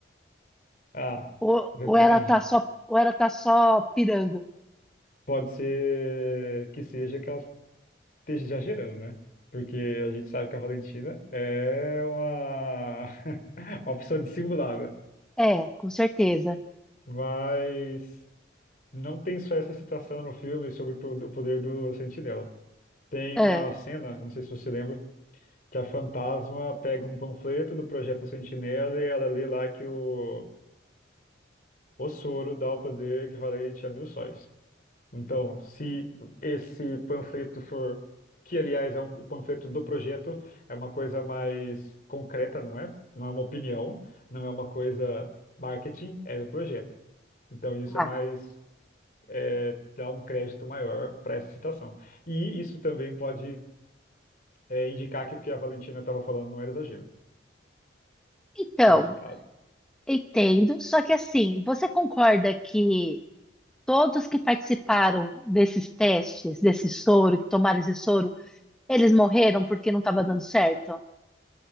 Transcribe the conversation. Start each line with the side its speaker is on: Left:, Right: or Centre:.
Left: Ah,
Centre: Ou,
Left: depende.
Centre: ou ela tá só, ou ela tá só pirando.
Left: Pode ser que seja que ela esteja exagerando, né? Porque a gente sabe que a Valentina é uma, <laughs> uma pessoa dissimulada.
Centre: É, com certeza.
Left: Mas não tem só essa citação no filme sobre o pro- o poder do Sentinela. Tem
Centre: É.
Left: uma cena, não sei se você lembra, que a fantasma pega um panfleto do Projeto Sentinela e ela lê lá que o O soro dá o poder equivalente a mil sóis. Então, se esse panfleto for, que aliás é um- o panfleto do projeto, é uma coisa mais concreta, não é? Não é uma opinião, não é uma coisa marketing, é do projeto. Então, isso
Centre: Ah,
Left: é mais, é, dá um crédito maior para essa citação. E isso também pode, é, indicar que o que a Valentina estava falando não era exagero,
Centre: então,
Left: nesse caso.
Centre: entendo. Só que assim, você concorda que todos que participaram desses testes, desse soro, que tomaram esse soro, eles morreram porque não estava dando certo?